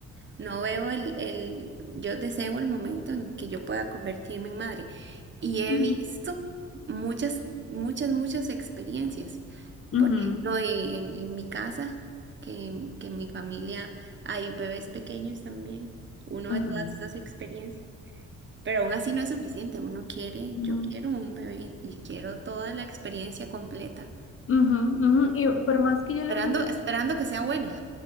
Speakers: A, on the right; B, on the left.
A: no veo el, el, yo deseo el momento en que yo pueda convertirme en madre y he
B: Ujú,
A: visto muchas, muchas, muchas experiencias.
B: ujú,
A: Por ejemplo, y en, en mi casa, que, que en mi familia hay bebés pequeños también, uno
B: ajá,
A: de todas esas experiencias. Pero aún así no es suficiente, uno quiere,
B: ujú,
A: yo quiero un bebé y quiero toda la experiencia completa,
B: ujú, ujú. Y por más que yo
A: esperando,
B: le cuente,
A: esperando que sea buena.